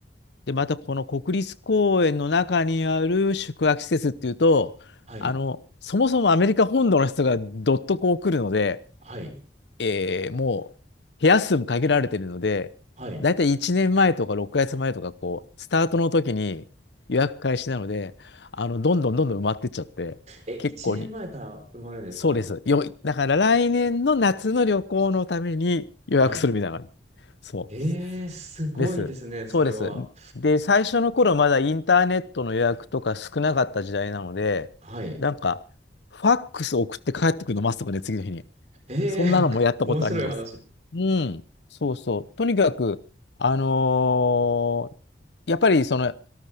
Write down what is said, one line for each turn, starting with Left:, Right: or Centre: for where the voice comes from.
Left: で、またこの国立公園の中にある宿泊施設っていうと、
Right: はい。
Left: あの、そもそもアメリカ本土の人がどっとこう来るので、
Right: はい。
Left: えーもう部屋数も限られてるので、
Right: はい。
Left: だいたい1年前とか6月前とか、こう、スタートの時に予約開始なので、あの、どんどんどんどん埋まってっちゃって、
Right: え、
Left: 結構に、
Right: 一年前から生まれですか
Left: そうです。よ、だから来年の夏の旅行のために予約するみたいな感じ。
Right: はい。
Left: そ
Right: ええ、すごいですね、
Left: う。です。
Right: それは。
Left: そうです。で、最初の頃まだインターネットの予約とか少なかった時代なので、
Right: はい。
Left: なんか、ファックス送って帰ってくるの待つとかね、次の日に。
Right: ええ、
Left: そんなのもやったことあります。
Right: <laughs> 面白い話。
Left: うん、そうそう。とにかく、あのーやっぱりその